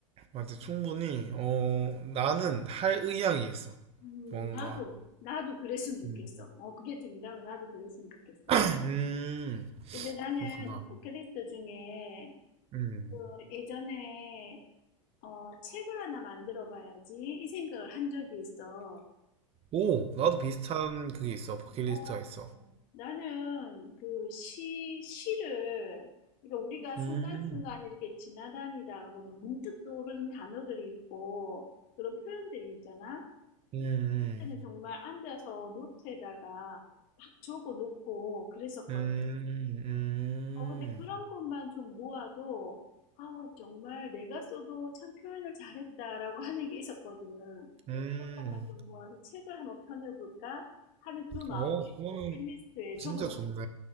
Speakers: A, on the right; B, on the left.
A: 맞아. 충분히, 어,
B: 음.
A: 나는 할 의향이 있어.
B: 음,
A: 뭔가.
B: 나도, 나도 그랬으면 좋겠어.
A: 음,
B: 어, 그게 된다면 나도 그랬으면 좋겠어.
A: <clears throat> 음,
B: 근데 나는
A: 그렇구나.
B: 그 버킷리스트 중에
A: 음.
B: 그 예전에 어, 책을 하나 만들어 봐야지 이 생각을 한 적이 있어.
A: 오, 나도 비슷한 그게 있어. 버킷리스트가
B: 어,
A: 있어.
B: 나는 그 시, 시를, 그러니까 우리가 순간순간
A: 음,
B: 이렇게 지나다니다가 보면 문득 떠오르는 단어들이 있고 그런 표현들이 있잖아.
A: 음, 음,
B: 그때는 정말 앉아서 노트에다가 막 적어 놓고 그랬었거든.
A: 음, 음.
B: 어, 근데 그런 것만 좀 모아도, 아, 정말 내가 써도 참 표현을 잘했다라고 하는 게 있었거든. 그런
A: 음.
B: 것만 좀 모아서 책을 한번 펴내볼까 하는 그 마음이
A: 어, 그거는
B: 꼭 펜리스트에
A: 진짜
B: 적어 놓은
A: 좋네.
B: 거